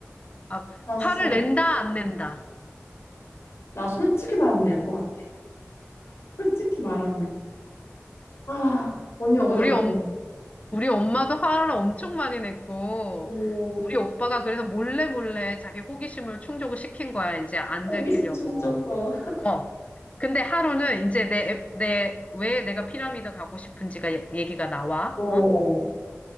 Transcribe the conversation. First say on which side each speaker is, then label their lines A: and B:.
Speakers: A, on the left; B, on the left.
A: 아,
B: 나, 진짜-
A: 화를 낸다, 안 낸다?
B: 나 솔직히 말하면 될 것 같아. 솔직히 말하면. 아, 언니 어머니
A: 우리
B: 어떠셨는데?
A: 엄, 우리 엄마도 화를 엄청 많이 냈고,
B: 어,
A: 우리 오빠가 그래서 몰래 몰래 자기 호기심을 충족을 시킨 거야. 이제 안
B: 호기심
A: 들키려고.
B: 충족, 어.
A: 어. 근데 하루는 이제 내, 내, 왜 내가 피라미드 가고 싶은지가 얘- 얘기가 나와.
B: 어, 어.
A: 어?